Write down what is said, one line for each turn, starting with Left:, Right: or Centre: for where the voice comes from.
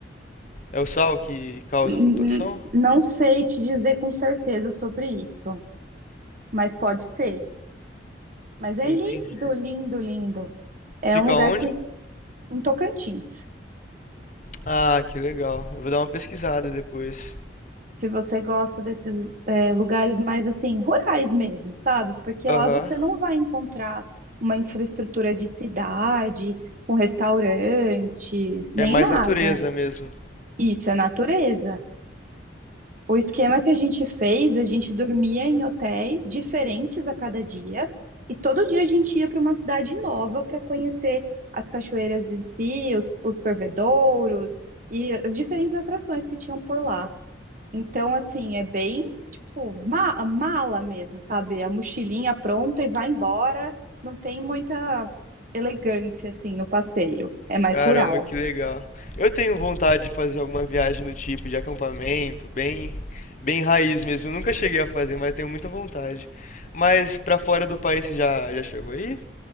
Left: É o sal que causa
Right: N-
Left: a flutuação?
Right: n- Não sei te dizer com certeza sobre isso, mas pode ser. Mas é
Left: Entendi.
Right: lindo, lindo, lindo. É
Left: Fica
Right: um lugar
Left: onde?
Right: que em Tocantins.
Left: Ah, que legal. Eu vou dar uma pesquisada depois.
Right: se você gosta desses é, lugares mais assim, rurais mesmo, sabe? Porque
Left: Aham.
Right: lá você não vai encontrar uma infraestrutura de cidade, com restaurantes,
Left: É
Right: nem
Left: mais
Right: nada.
Left: natureza mesmo.
Right: Isso é natureza. O esquema que a gente fez, a gente dormia em hotéis diferentes a cada dia, e todo dia a gente ia para uma cidade nova para conhecer as cachoeiras em si, os, os fervedouros e as diferentes atrações que tinham por lá. Então, assim, é bem, tipo, ma- mala mesmo, sabe? A mochilinha pronta e vai embora. Não tem muita elegância, assim, no passeio. É mais
Left: Caramba,
Right: rural.
Left: que legal. Eu tenho vontade de fazer alguma viagem do tipo de acampamento, bem, bem raiz mesmo. Eu nunca cheguei a fazer, mas tenho muita vontade. Mas pra fora do país você já, já chegou aí?